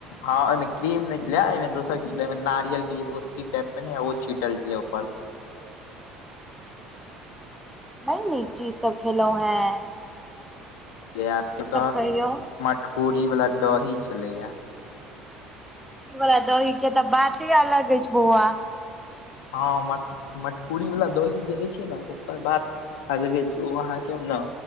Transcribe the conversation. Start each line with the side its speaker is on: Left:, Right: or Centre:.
Left: हँंहिमे क्रीम नहि छलै एहिमे दोसर की छल नारियल के जे भुस्सी टाइप मे ने ओ छींटल छलै ऊपर।
Centre: नहि नीचीज त खेलौ हैं।
Left: <unintelligible>
Centre: कहियौ
Left: मटकूरी वाला दडही छलेया।
Centre: उ वला दहि के तऽ बाती अलग ह अछि बौआ।
Left: हँ मट मटकूरीवला दही जे होइ छै ने ओकर बात। अलगे छै ओ अहाँ के न।